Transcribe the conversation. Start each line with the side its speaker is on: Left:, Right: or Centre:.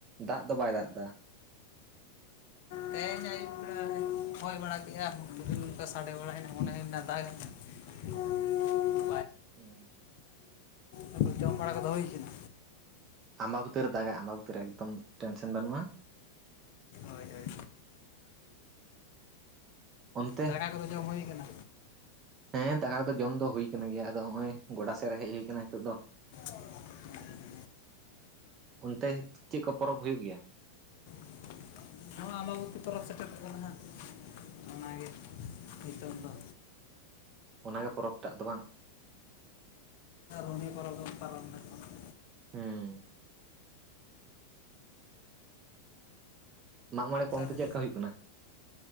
Right: ᱫᱟᱜ ᱫᱚ ᱵᱟᱭ ᱫᱟᱜ ᱫᱟ
Left: ᱛᱮᱦᱮᱧ ᱟᱭᱩᱵ ᱵᱮᱲᱟ ᱦᱚᱭ ᱵᱟᱲᱟ ᱠᱮᱫᱮᱜᱼᱟ ᱨᱤᱢᱤᱞ ᱠᱚ ᱥᱟᱰᱮ ᱵᱟᱲᱟᱭᱮᱱᱟ ᱢᱚᱱᱮ ᱦᱳᱭᱱᱟ ᱫᱟᱜᱟᱭ <unintelligible>
Right: ᱩᱸ
Left: ᱛᱟᱯᱚᱨᱮ ᱡᱚᱢ ᱵᱟᱲᱟ ᱠᱚᱫᱚ ᱦᱳᱭ ᱠᱟᱱᱟ
Right: ᱟᱸᱢᱵᱟᱵᱩᱛᱟᱹ ᱨᱮ ᱫᱟᱜᱟᱭ ᱟᱸᱢᱵᱟᱵᱩᱛᱟᱹ ᱨᱮ ᱮᱠᱫᱚᱢ ᱴᱮᱱᱥᱮᱱ ᱵᱟᱹᱱᱩᱜᱼᱟ
Left: ᱦᱳᱭ ᱦᱳᱭ
Right: ᱚᱱᱛᱮ
Left: ᱫᱟᱠᱟ ᱠᱚᱫᱚ ᱡᱚᱢ ᱦᱳᱭ ᱟᱠᱟᱱᱟ
Right: ᱦᱮᱸ ᱫᱟᱠᱟ ᱠᱚᱫᱚ ᱡᱚᱢ ᱫᱚ ᱦᱩᱭ ᱠᱟᱱ ᱜᱮᱭᱟ ᱟᱫᱚ ᱦᱚᱸᱜᱼᱚᱭ ᱜᱚᱰᱟ ᱥᱮᱫ ᱨᱮ ᱦᱮᱡ ᱦᱩᱭ ᱠᱟᱱᱟ ᱦᱤᱛᱚᱜ ᱫᱚ
Left: <unintelligible>
Right: ᱚᱱᱛᱮ ᱪᱮᱫ ᱠᱚ ᱯᱚᱨᱚᱵᱽ ᱦᱳᱭᱳᱜ ᱜᱮᱭᱟ
Left: <unintelligible> ᱛᱤᱥ ᱯᱚᱨᱚᱵᱽ ᱥᱮᱴᱮᱨᱚᱜ ᱠᱟᱱᱟ ᱦᱟᱸᱜ ᱚᱱᱟᱜᱮ ᱱᱤᱛᱚᱝ ᱫᱚ
Right: ᱚᱱᱟᱜᱮ ᱯᱚᱨᱚᱵᱽᱴᱟᱜ ᱫᱚ ᱵᱟᱝ
Left: ᱯᱩᱨᱢᱤ ᱯᱚᱨᱚᱵᱽ ᱫᱚᱢ ᱯᱟᱞᱚᱢ ᱞᱮᱱᱠᱷᱟᱱ
Right: ᱩᱸ ᱢᱟᱜᱢᱚᱲᱮ ᱠᱚ ᱚᱱᱛᱮ
Left: ᱛᱚ
Right: ᱪᱮᱫ ᱞᱮᱠᱟ ᱦᱩᱭᱩᱜ ᱠᱟᱱᱟ